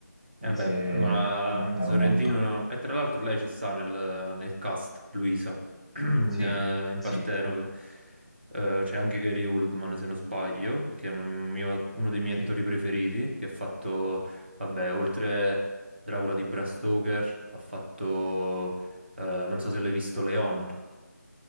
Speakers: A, on the left (about 20°); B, on the right (about 35°).
A: lui
B: Eh, Vabbè,
A: si è
B: ma
A: lamentato
B: mm, Sorrentino...
A: molto.
B: E tra l'altro lei ci sta nel, nel cast, Luisa, <clears throat> in,
A: Sì,
B: eh, in
A: sì,
B: Partenope. Eh, c'è anche Gary Oldman, se non sbaglio, che è un mio- uno dei miei
A: sì.
B: attori preferiti, che ha fatto, vabbè, oltre Dracula di Bram Stoker, ha fatto, eh, non so se l'hai visto, Leon